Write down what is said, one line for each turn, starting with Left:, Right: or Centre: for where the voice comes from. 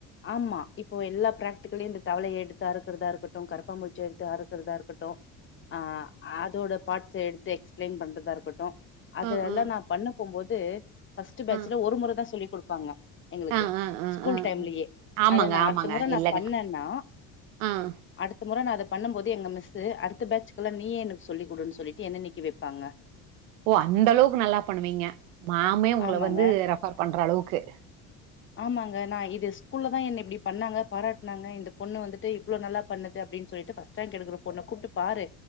Left: ஆமா இப்போ எல்லா பிராக்டிகலையும் இந்த தவளைய எடுத்து அறுக்கிறதா இருக்கட்டும் கரப்பாம்பூச்சி எடுத்து அறுக்கிறதா இருக்கட்டும் ஆ அதோட பாட்ஸ் எடுத்து எக்ஸ்பிளைன் பண்றதா இருக்கட்டும் அதுஎல்லாம்
Right: ஆ ஆ
Left: நான் பண்ண போகும்போது பர்ஸ்ட பேச்சல
Right: ஆ
Left: ஒரு முறை தான் சொல்லி கொடுப்பாங்க எங்களுக்கு
Right: ஆ ஆ
Left: ஸ்கூல்
Right: ஆ ஆ
Left: டைம்லயே
Right: ஆமாங்க
Left: அத நான்
Right: ஆமாங்க
Left: அடுத்த முறை நான்
Right: இல்லங்க
Left: பண்ணேன்னா
Right: ஆ ஆ
Left: அடுத்த முறை அத பண்ணும் போது எங்க மிஸ்ஸு அடுத்த பேட்ச்க்கெல்லாம் நீயே எனக்கு சொல்லிக் குடுன்னு சொல்லிட்டு என்ன நிக்க வெப்பாங்க
Right: ஓ அந்த அளவுக்கு நல்லா பண்ணுவீங்க மாமே உங்கள
Left: ஆமாங்க
Right: வந்து ரெஃபர் பண்ற அளவுக்கு <unintelligible>
Left: ஆமாங்க நான் இது ஸ்கூல்லல தான் என்ன இப்படி பண்ணாங்க பாராட்டனாங்க இந்த பொண்ணு வந்துட்டு இவ்ளவு நல்லா பண்ணுது அப்படின்னு சொல்லிட்டு பஃர்ஸ்ட் ரேங்க் எடுக்கற பொண்ணை கூப்பிட்டு பாரு